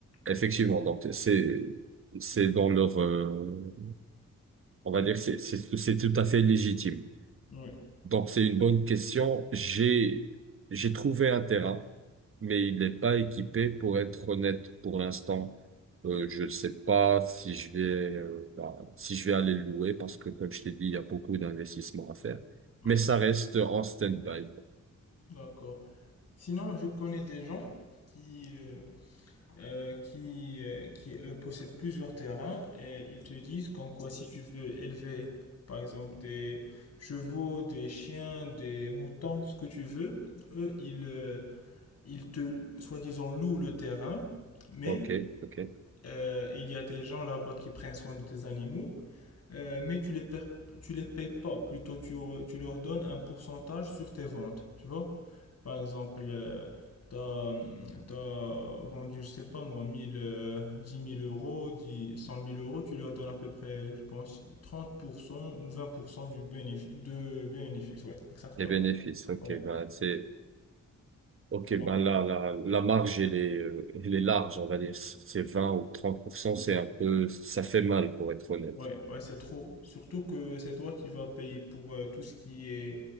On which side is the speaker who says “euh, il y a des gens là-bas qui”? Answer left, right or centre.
Left